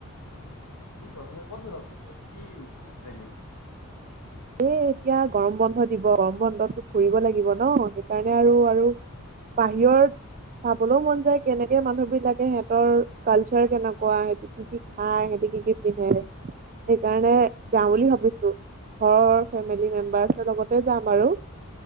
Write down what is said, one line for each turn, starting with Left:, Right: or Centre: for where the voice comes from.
Left: কি ক তুমি ক'ত যাবা কৰিব কি মানে প্লেনি
Right: এ এতিয়া গৰম বন্ধ দিব গৰম বন্ধটো ফুৰিব লাগিব ন সেইকাৰণে আৰু আৰু বাহিৰত চাবলৈও মন যায় কেনেকে মানুহ বিলাকে সিহঁতৰ কালচাৰ কেনেকুৱা সিহতি কি কি খায় সিহতি কি কি নেৰে সেইকাৰণে যাওঁ বুলি ভাবিছোঁ ঘৰৰ ফেমিলি মেম্বাৰ্চৰ লগতে যাম আৰু,